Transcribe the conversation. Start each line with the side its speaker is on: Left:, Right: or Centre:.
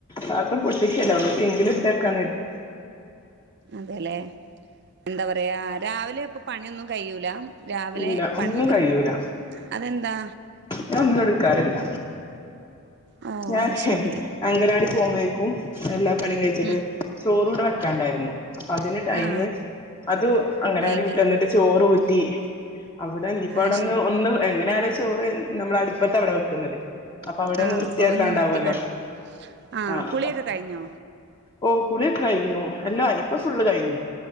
Left: മാത്രം പൊട്ടിക്കല്ലാ ഒന്ന് സിങ്കില് ഇട്ട് വെക്കാന്ന് കര്തി.
Right: അതെല്ലെ. എന്താ പറയാ രാവിലെ അപ്പൊ പണിയൊന്നും കയ്യൂലാ രാവിലെ
Left: ഇല്ല
Right: പണി
Left: ഒന്നും
Right: ഒതു,
Left: കഴിയൂല
Right: അതെന്താ?
Left: ഞാൻ ഒന്നും എടുക്കാറില്ല.
Right: ഓ
Left: ഞാൻ
Right: അത് ശരി
Left: അംഗനവാടി പോകുമ്പഴേക്കും എല്ലാ പണിയും കയ്ച്ചിട്ട്
Right: ഉം
Left: ചോറൂടെ വെക്കാണ്ടായിരുന്നു. അപ്പൊ അതിന് ടൈം
Right: ആ
Left: അതും അങ്ങനവാടി
Right: വൈകി
Left: വിട്ട് വന്നിട്ട് ചോറ് ഊറ്റി അവിടെ ഇഞ്പ്പവ്ടൊന്ന്
Right: അത് ശരി
Left: എങ്ങനായാലും ചോറ് നമ്മള് അടുപ്പത്താ ഇവടെ വെക്കുന്നത്. അപ്പൊ അവിടൊന്ന്
Right: ആ
Left: വൃ
Right: അപ്പൊ
Left: ത്തിയാക്കാണ്ടാവൊല്ലോ
Right: ഒന്ന് വൃത്തികേട് ആ
Left: ആഹ്
Right: കുളിയൊക്കെ കഴിഞ്ഞോ
Left: ഓഹ് കുളിയൊക്കെ കഴിഞ്ഞു എല്ലതു ആയി. ഇപ്പൊ ഫുള്ള് കഴിഞ്ഞു.